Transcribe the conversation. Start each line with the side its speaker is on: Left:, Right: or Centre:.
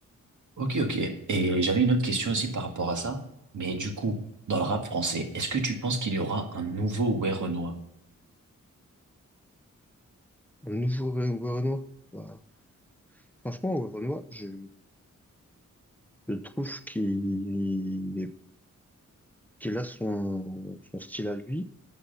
Right: Ok, ok. Et j'avais une autre question aussi par rapport à ça. Mais du coup, dans le rap français, est-ce que tu penses qu'il y aura un nouveau Werenoi?
Centre: Un nouveau Re- Werenoi. Bah, franchement, Werenoi, je, je trouve qu'il est- qu'il a son, son style à lui,